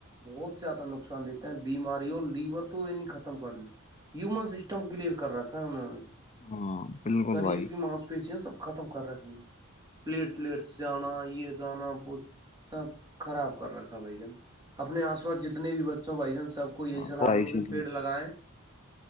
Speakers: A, on the right (about 20°); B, on the left (about 30°).
A: بہت زیادہ نقصان دیتا ہے بیماری اور لیور تو یہ نہیں ختم کر دیتا ہیومن سسٹم کلیئر کر رکھا ہے انہوں نے
B: ہاں بالکل
A: سریر
B: بھائی
A: کی ماس پیشی ہے سب ختم کر رکھی ہیں پلیٹلیٹس جانا یہ جانا بھ سب خراب کر رکھا بھائی جان اپنے آس پاس جتنے بھی بچوں بھائی جان سب کو یہی
B: ہاں
A: صلاح
B: بھائی
A: دو
B: اسی
A: کہ پیڑ لگائے